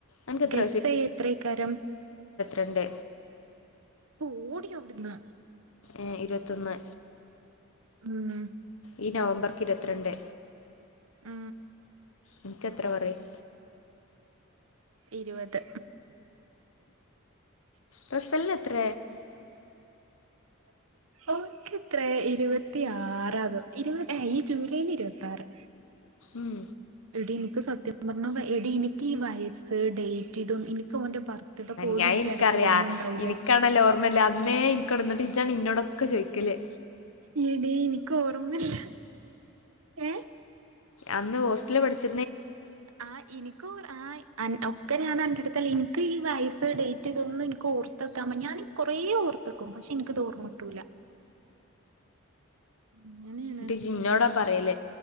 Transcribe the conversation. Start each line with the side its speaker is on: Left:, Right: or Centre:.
Left: അനക്ക് എത്ര
Right: ഗസ്സ ചെയ്യ് എത്രയാക്കരം
Left: ഇരുപത്തി രണ്ട്
Right: പോടീ അവിട്ന്നാ
Left: ഏ ഇരുപത്തൊന്ന്
Right: ഉം
Left: ഈ നവംബര്ക്ക് ഇരുപത്തിരണ്ട്
Right: ആ
Left: എനിക്കെത്ര പറയും
Right: ഇരുപത്
Left: റസലിന് എത്ര
Right: ഓൾക്ക് ഇരുപത്തിയാറാതോ ഇരുപ ഈ ജൂലൈയില് ഇരുപത്തി ഇറുത്താറ്
Left: ഉം
Right: എടി എനിക്ക് സത്യ- സത്യം പറഞ്ഞ എടി എനിക്ക് ഊ വയസ്സ് ഡേറ്റ് ഇതൊന്നും എനിക്ക് ഓന്റെ ബർത്ത്ഡേ പോലും
Left: ഞാ
Right: എനിക്ക്
Left: എനിക്കറിയാം
Right: ഇടക്ക് ഓർമ്മ ഉണ്ടാവൂല
Left: എനിക്കാണല്ലേ ഓർമ്മല്ല അന്നേ ഇനിക്കോടന്ന ടീച്ചാണ് ഇന്നോട ഒക്കെ ചോദക്കലേ
Right: ഏട എനിക്ക് ഓർമ്മല്ല ഏ
Left: അന്ന് ഹോസ്റ്റലിൽ പഠിച്ച
Right: ആഹ് എനിക്ക ആ് ഒക്കെ ഞൻണ്ടടുത്തൽ ഈ വയസ്സ ഡേറ്റ്ൊന്നും ഓർത്തക്കാൻ ഞാൻ കൊറേ ഓർത്തക്കും പക്ഷെ എനക്ക്ത്ോർമ്മമുട്ടൂല്ല അങ്ങനെയാണ്
Left: ഉട്ട് ജിന്നോടാ പറയല